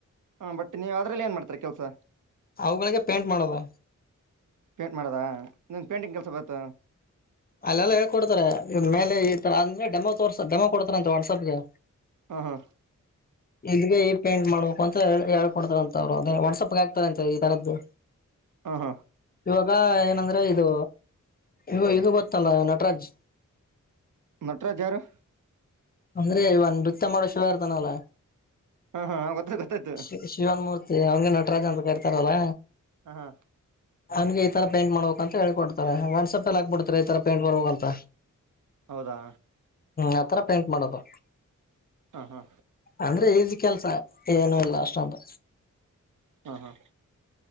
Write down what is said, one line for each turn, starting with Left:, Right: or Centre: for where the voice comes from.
Right: ಹಾ ಬಟ್ ನೀವು ಅದರಲ್ಲಿ ಏನ್ ಮಾಡ್ತಾರಿ ಕೆಲ್ಸ
Left: ಅವುಗಳಿಗೆ ಪೇಂಟ್ ಮಾಡೋದ
Right: ಪೇಂಟ್ ಮಾಡದ ನಿನ್ಗ ಪೇಂಟಿಂಗ್ ಕೆಲ್ಸ ಬರುತ್ತ
Left: ಅಲ್ಲೆಲ್ಲಾ ಹೇಳ್ಕೊಡ್ತಾರೆ ಇದ್ ಮೇಲೆ ಈ ತರ ಅಂದ್ರೆ ಡೆಮೋ ತೋರ್ಸ ಡೆಮೋ ಕೊಡ್ತಾರ ಅಂತ ವಾಟ್ಸಪ್ಗೆ.
Right: ಹಾ ಹಾ
Left: ಎಲ್ಲಿಗೆ <unintelligible> ಪೇಂಟ್ ಮಾಡಬೇಕು ಅಂತ ಹೆಳ್ ಹೇಳ ಕೊಡ್ತಾರಂತ ಅವ್ರು ವಾಟ್ಸಪಗ ಹಕ್ತಾರಂತ ಈತರದ್ದು.
Right: ಹ್ಮ್ ಹ್ಮ
Left: ಈಗ ಏನಂದ್ರ ಇದು ಇ ಇದು ಗೊತ್ತಲ್ಲ ನಟರಾಜ್.
Right: ನಟರಾಜ್ ಯಾರು.
Left: ಅಂದ್ರೆ ಇವ ನೃತ್ಯ ಮಾಡೋ ಶಿವ ಇರ್ತಾನಲ್ಲ.
Right: ಹಾ ಹಾ ಗೊತ್ತಾಯ್ತು ಗೊತ್ತಾಯ್ತು
Left: ಶ ಶಿವನ್ಮೂರ್ತಿ ಅವನ್ಗೆ ನಟರಾಜ ಅಂತ ಕರಿತಾರಲ್ಲ.
Right: ಹ ಹ್
Left: ಹಂಗೆ ಈ ತರ ಪೇಂಟ್ ಮಾಡಬೇಕ್ ಅಂತ ಹೇಳ್ ಕೊಡ್ತಾರೆ ವಾಟ್ಸಪಲ್ಲಿ ಹಾಕ್ಬಿಡ್ತಾರೆ ಈ ತರ ಪೇಂಟ್ ಬರ್ಬೇಕ್ ಅಂತ.
Right: ಹೌದಾ
Left: ಆತರ ಪೇಂಟ್ ಮಾಡೋದು.
Right: ಹಾ ಹಾ
Left: ಅಂದ್ರೆ ಈಸಿ ಕೆಲ್ಸ ಏನು ಇಲ್ಲ ಅಷ್ಟೊಂದು.
Right: ಹಾ ಹಾ